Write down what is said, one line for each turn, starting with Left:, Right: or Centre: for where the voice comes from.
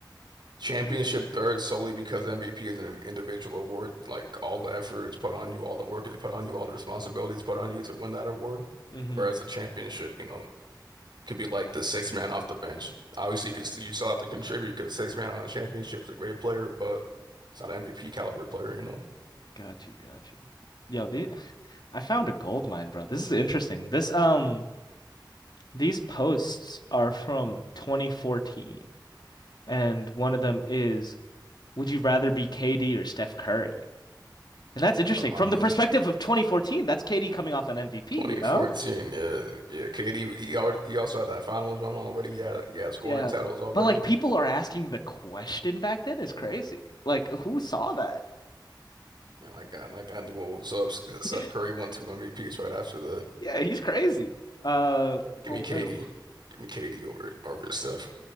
Right: Championship third solely because MVP is an individual award. Like all the effort is put on you, all the work is put on you, all the responsibilities put on you to win that award.
Left: hmm
Right: Whereas a championship, you know, could be like the sixth man off the bench. Obviously, you could st- you still have to contribute because sixth man on a championship is a great player, but it's not an MVP caliber player, you know.
Left: Got you, got you. Yo, the <laughs> I found a gold mine, bro. This is interesting. This um these posts are from 2014 and one of them is would you rather be KD or Steph Curry? And that's interesting.
Right: Well, I
Left: From
Right: mean,
Left: the perspective of 2014, that's KD coming off an MVP,
Right: 2014,
Left: you know?
Right: yeah, yeah. KD, he already, he also had that finals run already. He had, he had scoring
Left: Yeah.
Right: titles already.
Left: But like people are asking the question back then is crazy. Like who saw that?
Right: And I got, like, I knew what was up. Steph
Left: <laughs>
Right: Curry won two MVPs right after that.
Left: Yeah, he's crazy. Uh
Right: Give
Left: oh,
Right: me KD.
Left: oh.
Right: Give me KD over over his stuff.